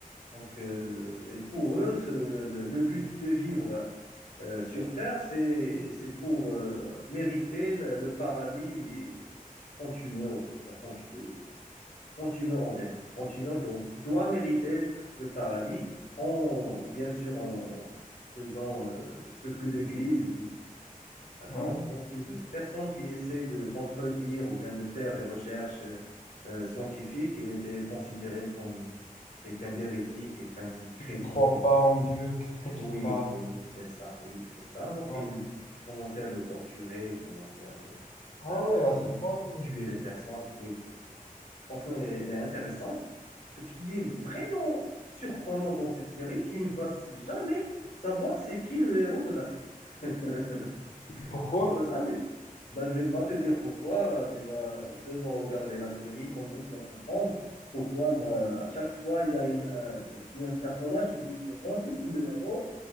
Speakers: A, on the left; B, on the left.
A: Donc, euh, et pour eux, ce- le, le- le but de vivre euh, sur Terre, c'est, c'est pour euh, mériter le, le paradis quand tu meurs, là, quand tu te- quand tu meurs en général. Quand tu meurs, donc, tu dois mériter le paradis en, bien sûr, en faisant euh, ce que l'Église dit. D'accord.
B: Ouais.
A: Donc, et toute personne qui essaie de contredire ou bien de faire des recherches euh, euh, scientifiques, il était considéré comme quelqu'un d'hérétique, quelqu'un qui critique
B: Je ne crois
A: les...
B: pas en Dieu qui critique
A: Oui,
B: là.
A: oui, c'est ça, oui, c'est ça. Donc,
B: Ouais.
A: il commençait à le torturer, il commençait à le,
B: Ah
A: euh,
B: ouais, à
A: le
B: ce point-là.
A: tuer,
B: non.
A: tuer les personnes. pour- Oui, oui. Franchement, elle est, elle est intéressante. Ce qui est vraiment surprenant dans cette série, tu ne vas jamais savoir c'est qui le héros de la série. <laughs>
B: Pourquoi?
A: Tu vas jamais. Ben, je vais pas te dire pourquoi, euh, tu vas seulement regarder la série, comme ça tu vas comprendre pourquoi ben, à chaque fois il y a, une, un, il y a un personnage, tu dis c'est bon, c'est lui le héros,